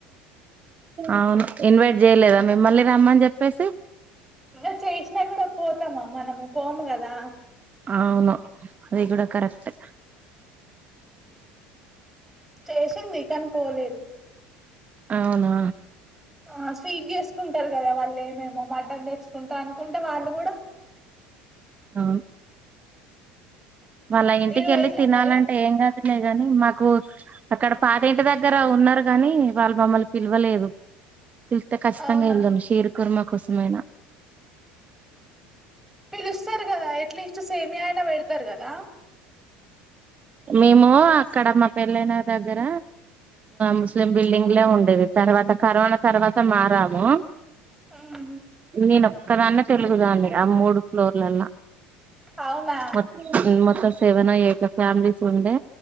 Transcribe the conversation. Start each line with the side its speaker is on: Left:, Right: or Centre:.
Right: అవును ఇన్వైట్ జేయలేదా మిమ్మల్ని రమ్మని చెప్పేసి.
Centre: ఇంగ చేసినా కూడా పోతామా మనము, పోము కదా.
Right: అవును అది కూడా కరెక్టే.
Centre: చేసింది కాని పోలేదు
Right: అవునా
Centre: ఆ స్వీట్ చేసుకుంటారు కదా వాళ్ళు మేము మటన్ తెచ్ కుంటా అనుకుంటే వాళ్ళు కూడా
Right: ఆ వాళ్ల ఇంటికెళ్ళి
Centre: మీరు పోయిల్లా
Right: తినాలంటే
Centre: మరి
Right: ఏంగా న్నా గాని మాకు అక్కడ పాత ఇంటి దగ్గర ఉన్నారు కాగాని వాళ్ళు మమ్మల్ని పిలవలేదు పిలిస్తే కచ్చితంగా
Centre: అవునా
Right: వెళ్దును షేర్ కుర్మ కోసమైన
Centre: పీలుస్తారు కదా ఎట్లీస్ట్ సేమియా అయినా పెడతారు కదా
Right: మేము అక్కడ మా పెళ్ళైన దగ్గర ముస్లిం బిల్డింగ్లే ఉండేది తర్వాత కరోనా తర్వాత మారాము
Centre: ఆహా
Right: నేను ఒక్కదాన్నే తెలుగుదాన్ని ఆ మూడు ఫ్లోర్లల్ల
Centre: అవునా
Right: మక్ మొక్కజొ సెవెన్ ఎయిట్ ఫ్యామిలీస్ ఉండే